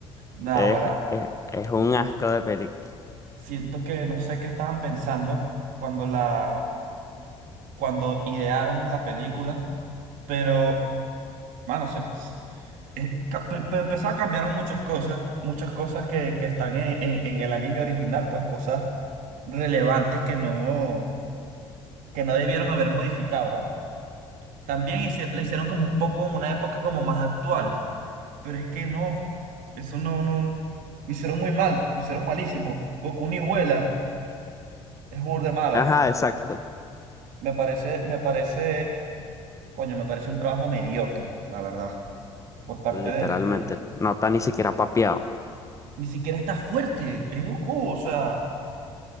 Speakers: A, on the right; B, on the left.
A: Nada,
B: Es,
A: ahora
B: es, es un asco de película.
A: siento que no sé qué estaban pensando cuando la cuando idearon la película, pero, mano, se, eh, ca- pe- pe- empezó a cambiar muchas cosas, muchas cosas que, que están en, en- en el anime original, pues cosas relevantes que no, que no debieron haber modificado, ¿ah? También hici- le hicieron como un poco en una época como más actual, pero es que no, eso no, no, lo hicieron muy mal, lo hicieron malísimo. Goku ni vuela, es burda de mala.
B: Ajá, exacto.
A: Me parece, me parece, coño, me parece un trabajo mediocre, la verdad. por parte
B: Literalmente.
A: de, de ellos.
B: No está ni siquiera papeado.
A: Ni siquiera está fuerte, es Goku, o sea,